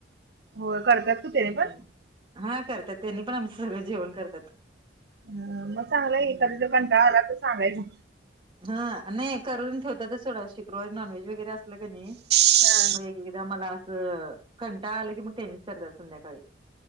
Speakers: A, on the right; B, on the right.
A: हो करकात क ते
B: हम्म.
A: पण.
B: हा करतात त्यांनी पण आमचं सगळं जेवण करतात.
A: ह मग चांगलं आहे
B: हम्म.
A: की कधी तर कंटाळा आला की मग सांगायचं.
B: ह नाही करून ठेवतातच सोडा शुक्रवारी नॉनव्हेज वगैरे अस असल कनी
A: हा
B: मग एकदा मला. अ कंटाळा आला की मग त्यांनीच करतात संध्याकाळी